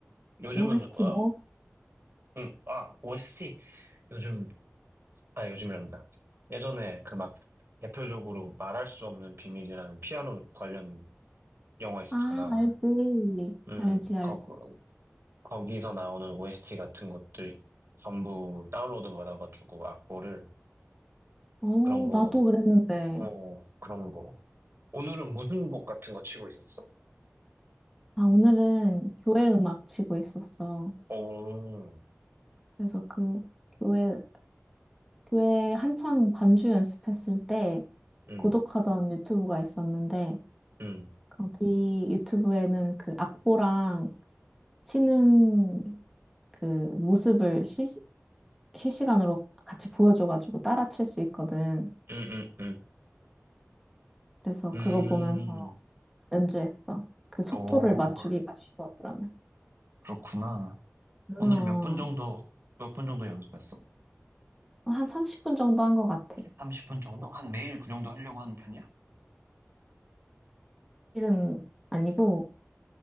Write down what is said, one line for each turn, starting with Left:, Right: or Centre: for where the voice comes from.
Right: 요즘은,
Centre: OST
Right: 어,
Centre: 뭐?
Right: 음, 아, OST. 요즘, 아, 요즘이란다. 예전에 그 막 대표적으로 말할 수 없는 비밀이라는 피아노 관련 영화 있었잖아.
Centre: 아, 알지.
Right: 음,
Centre: 알지, 알지.
Right: 거, 거기서 나오는 OST 같은 것들 전부 다운로드 받아가지고 악보를
Centre: 어,
Right: 그런 거,
Centre: 나도 그랬는데.
Right: 어, 그런 거. 오늘은 무슨 곡 같은 거 치고 있었어?
Centre: 아, 오늘은 교회 음악 치고 있었어.
Right: 오,
Centre: 그래서 그 교회, 교회 한창 반주 연습했을 때
Right: 음,
Centre: 구독하던 유튜브가 있었는데,
Right: 음,
Centre: 거기 유튜브에는 그 악보랑 치는 그 모습을 실, 실시간으로 같이 보여줘가지고 따라칠 수 있거든.
Right: 음, 음, 음,
Centre: 그래서
Right: 음,
Centre: 그거 보면서
Right: 음,
Centre: 연주했어. 그 속도를
Right: 오.
Centre: 맞추기가 쉬워, 그러면.
Right: 그렇구나. 오늘
Centre: 어,
Right: 몇 분 정도, 몇 분 정도 연습했어?
Centre: 한 30분 정도 한 것 같아.
Right: 30분 정도? 한 매일 그 정도 하려고 하는 편이야?
Centre: 일은 아니고,